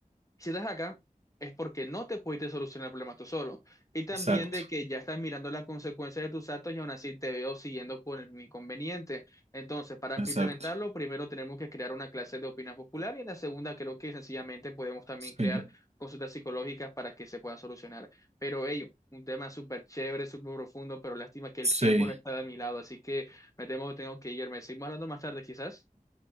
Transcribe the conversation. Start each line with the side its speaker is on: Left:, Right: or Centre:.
Left: si estás acá es porque no te pudiste solucionar el problema tú solo. Y también
Right: exacto,
Left: de que ya estás mirando las consecuencias de tus actos y aún así te veo siguiendo por el inconveniente. Entonces, para
Right: exacto,
Left: implementarlo, primero tenemos que crear una clase de opinión popular y en la segunda creo que sencillamente podemos también
Right: sí,
Left: crear consultas psicológicas para que se pueda solucionar. Pero, hey, un tema súper chévere, súper profundo, pero lástima que el
Right: sí.
Left: tiempo no está de mi lado, así que me temo que tengo que irme. Seguimos hablando más tarde, quizás.